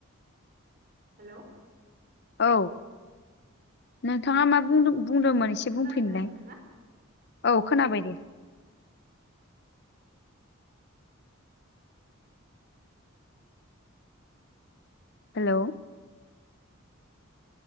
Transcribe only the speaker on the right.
हेल'
खोनादोंना
नोंथाङा